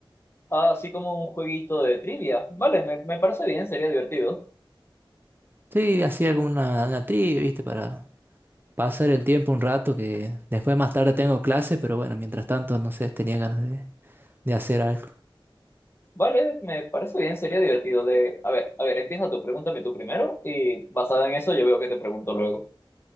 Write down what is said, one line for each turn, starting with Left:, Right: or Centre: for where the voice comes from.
Left: Ah, Así como un jueguito de trivia. Vale, me, me parece bien, sería divertido.
Right: Sí, así alguna una trivia, ¿viste? Para pasar el tiempo un rato, que después más tarde tengo clase, pero bueno, mientras tanto, no sé, tenía ganas de, de hacer algo.
Left: Vale, me parece bien, sería divertido de... A ver, a ver, empieza tú, pregúntame tú primero y basado en eso yo veo que te pregunto luego.